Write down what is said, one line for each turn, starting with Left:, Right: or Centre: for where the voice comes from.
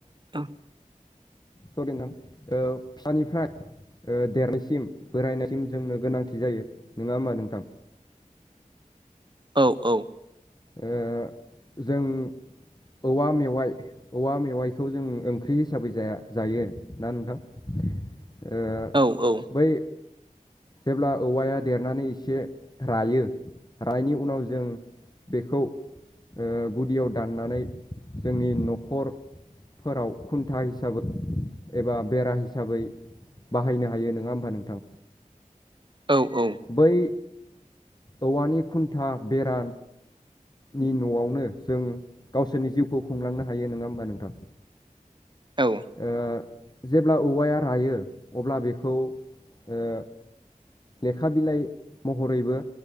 Right: औ
Left: सरि नों फिसानिफ्राय ओ देरनायसिम बोरायनायसिम जोंनो गोनांथि जायो नङा होमबा नोंथां?
Right: औ औ
Left: ओ जों औवा मेवाइ औवा मेवाइखौ जों ओंख्रि हिसाबै जाया जायो ना नोंथां। ओ
Right: औ औ
Left: बै जेब्ला औवाया देरनानै एसे रायो रानायनि उनाव जों बेखौ ओ गुदियाव दाननानै जोंनि न'खर फोराव खुन्था हिसाबै एबा बेरा हिसाबै बाहायनो हायो नोङा होमबा नोंथां
Right: औ औ
Left: बै औवानि खुन्था बेरा नि न'आवनो जों गावसोरनि जिउखौ खुंलांनो हायो नोङा होमबा नोंथां?
Right: औ
Left: ओ जेब्ला औवाया रायो अब्ला बेखौ ओ लेखा बिलाइ महरैबो